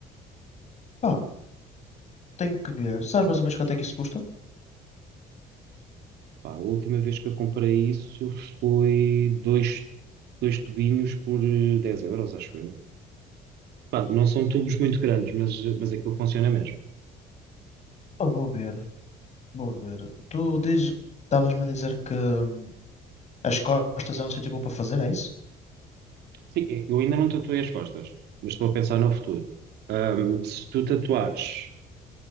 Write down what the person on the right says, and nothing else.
Pá, a última vez que eu comprei isso foi dois, dois tubinhos por eh, 10 euros, acho eu. Pá, não são tubos muito grandes, mas, mas aquilo funciona mesmo.
Sim, eu ainda não tatuei as costas, mas estou a pensar no futuro. Ahm, se tu tatuares,